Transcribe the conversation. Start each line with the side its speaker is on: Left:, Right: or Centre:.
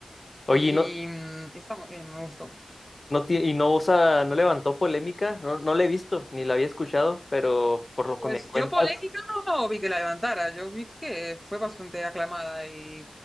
Left: Oye,
Centre: Y,
Left: ¿y ¿no,
Centre: mm, y está muy bien, me gustó.
Left: No tie- y no usa, no levantó polémica, no, no la he visto, ni la había escuchado, pero por lo
Centre: Pues
Left: que me cuentas,
Centre: yo polémica no vi que la levantara, yo vi que fue bastante aclamada y